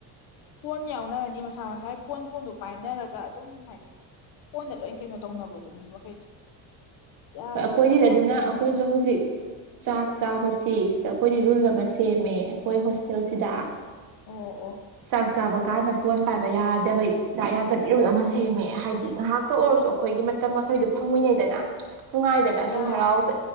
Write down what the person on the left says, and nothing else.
ꯐꯣꯟ ꯌꯥꯎꯅꯔꯅꯤ ꯃꯁꯥ ꯃꯁꯥ ꯐꯣꯟ ꯐꯣꯟꯗ ꯄꯥꯏꯅꯔꯒ ꯑꯗꯨꯝ ꯍꯥꯏꯗꯤ ꯐꯣꯟꯗ ꯂꯣꯏ ꯀꯩꯅꯣ ꯇꯧꯅꯕꯗꯣ ꯃꯤ ꯃꯈꯩꯁꯦ ꯌꯥꯗ꯭ꯔꯦ
ꯐꯣꯟꯁꯤꯅ
ꯑꯣ ꯑꯣ
ꯌꯥꯝ